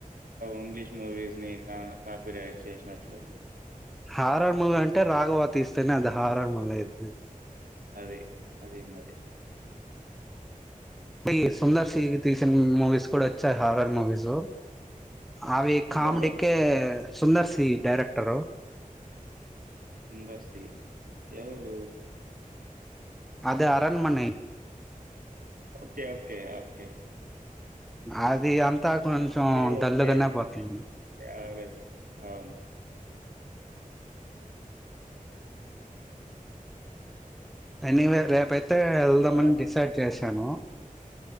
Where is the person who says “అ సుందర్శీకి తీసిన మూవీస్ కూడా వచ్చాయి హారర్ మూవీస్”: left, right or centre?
Centre